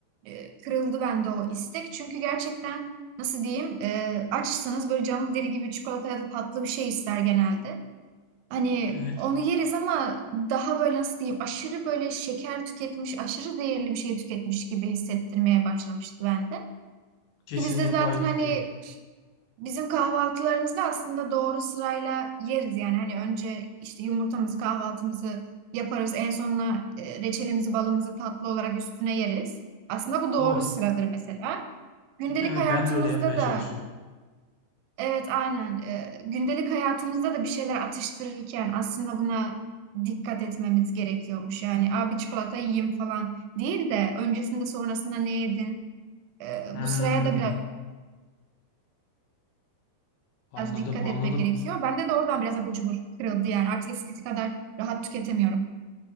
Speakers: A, on the right; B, on the left.
A: e, kırıldı bende o istek. Çünkü gerçekten nasıl diyeyim e, açsanız böyle canlı deri gibi çikolata ya da tatlı bir şey ister genelde. Hani
B: Evet,
A: onu yeriz ama daha böyle nasıl diyeyim aşırı böyle şeker tüketmiş, aşırı zehirli bir şey tüketmiş gibi hissettirmeye başlamıştı bende.
B: kesinlikle
A: Ki biz de zaten
B: aynı
A: hani
B: fikirdeyim.
A: bizim kahvaltılarımızda aslında doğru sırayla yeriz yani. Hani önce işte yumurtamızı, kahvaltımızı yaparız. En sonuna e, reçelimizi, balımızı tatlı olarak üstüne yeriz. Aslında bu doğru
B: Doğru.
A: sıradır mesela. Gündelik
B: Evet,
A: hayatımızda
B: ben de öyle yapmaya çalışıyorum.
A: da evet aynen e, gündelik hayatımızda da bir şeyler atıştırırken aslında buna dikkat etmemiz gerekiyormuş. Yani abi çikolata yiyeyim falan değil de öncesinde sonrasında ne yedin? E,
B: Hmm,
A: bu sıraya da biraz
B: anladım,
A: biraz dikkat
B: anladım.
A: etmek gerekiyor. Bende de oradan biraz abur cubur kırıldı yani. Artık eskisi kadar rahat tüketemiyorum.